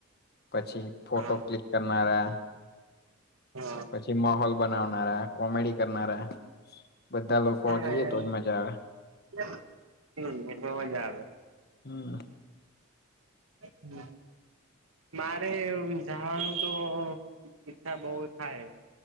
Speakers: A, on the left; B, on the right.
A: પછી ફોટો
B: હા
A: ક્લિક કરનારા
B: હા.
A: પછી માહોલ બનાવનારા, કોમેડી કરનારા, બધા લોકો
B: હાર,
A: જઈએ તો જ મજા આવે
B: હમ્મ એનો અવાજ આવે
A: હમ્મ.
B: હમ્મ. મારે એવું જવાનું તો ઈચ્છા બો થાય